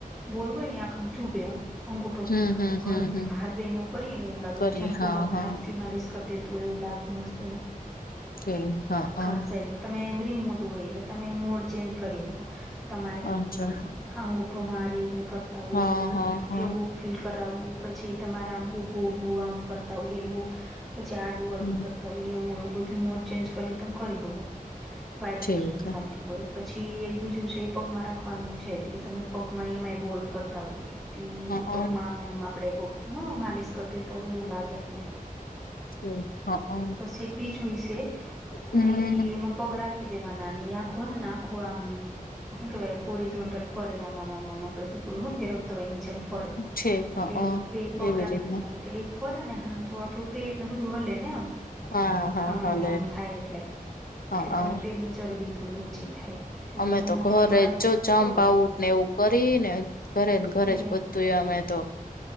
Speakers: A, in the centre; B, on the left.
A: બોલ હોય ને આખો એમ ચૂભે એમ અંગુઠો
B: હમ
A: આમ
B: હમ
A: ભ
B: હમ હમ
A: ભાર દઈ ને એ કરીએ ને એવું લાગે
B: કરી
A: આમ જાણે
B: હા
A: કોક આપને
B: હા
A: હાથ માલિશ.. કરી દેતું હો એવું લાગ મસ્તી નું
B: તે હા
A: આખા
B: હા
A: શહેરમાં તમે રીમોટ હોય એટલે તમે મોડ ચેન્જ કરી શકો તમારે આમ
B: અચ્છા
A: આંગુઠોમાં આ રીત કર તા હોય
B: હા
A: એવ
B: હા હા
A: એવું ફીલ કરાવવું પછી તમારે આમ ઉભું ઉભું આમ કરતા હોય એવું. પછી આડું આડું
B: હમ
A: કરતા હોય એવું એવ બધુ મોડ ચેન્જ કરીન તમ કરી શકો વાઈબ્રેશન
B: ઠીક
A: થતું હોય પછી એક બીજું છે એ પગમાં રાખવાનું છે તમને પગમાં એમાંય બોલ ફરતા હોય
B: હા
A: પગ આમ આપડે કો હ માલિશ કરી દેતા હોય એવું લાગે આપને.
B: ઠીક હા
A: પછી એક બીજુય છે
B: હમ
A: અહી એમાં પગ રાખી દેવાનાની આખું હેન આખો આમ શું કહેવાય હોરિજેંટલ ફરે આમ આમ આમ આપણે કૂકડી ન ફેરવ તો એની જેમ ફરે
B: ઠીક
A: એટલે
B: હા
A: બે પગ
B: એવી
A: રાખ
B: રીતના
A: દેવાના તે એક ફરે ને હા તો આપડું પેટ ને બધું હલે ને આમ
B: હા હા
A: આમમમમ
B: હાલે
A: થાય એટલે
B: હા
A: એટલે
B: હા
A: તમારે પેટની ચરબી થોડી ઓછી થાય. એ
B: અમે
A: હમણાં
B: તો ઘરે
A: થોડા
B: જ
A: થોડું
B: જો જમ્પ
A: કરું
B: આઉટ ને એવું કરી ને ઘરેન ઘરે
A: છે
B: જ બ અમે તો